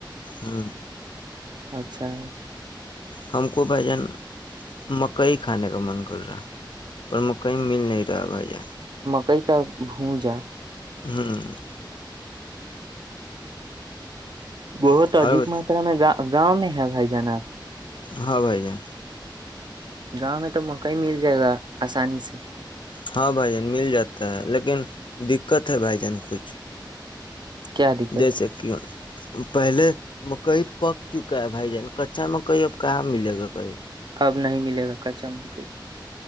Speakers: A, on the left; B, on the right.
A: ہاں
B: اچھا
A: ہم کو بھائی جان مکئی کھانے کا من کر رہا پر مکئی مل نہیں رہا بھائی جان
B: کئی کا بھو جا
A: ہوں <inaudible>
B: بہت ادک
A: اور
B: ماترا میں گا گاؤں میں ہے بھائی جانب
A: ہاں بھائی جائے
B: گاؤں میں تو موقع ہی مل جائے گا آسانی سے
A: ہاں بھائی جان مل جاتا ہے لیکن دقت ہے بھائی جان کچھ
B: کیا دقت
A: جیس کی ون پہلے مکئی پک چکا ہے بھائی جان کچا مکئی اب کہاں ملے گا کہئی
B: اب نہیں ملے گا کچا موکری